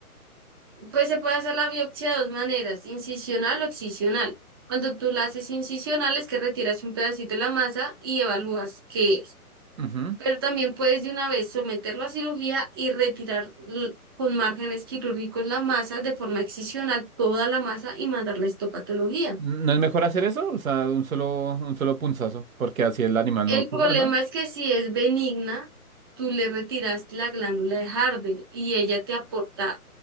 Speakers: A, on the right; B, on the right.
A: pues se puede hacer la biopsia de dos maneras, incisional o excisional. Cuando tú la haces incisional es que retiras un pedacito de la masa y evalúas qué es.
B: Ujú.
A: Pero también puedes de una vez someterlo a cirugía y retirar l- con márgenes quirúrgicos la masa de forma excisional, toda la masa y mandarla la histopatología.
B: ¿No es mejor hacer eso? O sea, un solo, un solo punzazo, porque así el animal
A: El
B: no sufre,
A: problema
B: ¿no?
A: es que si es benigna, tú le retiraste la glándula de Harvey y ella te aporta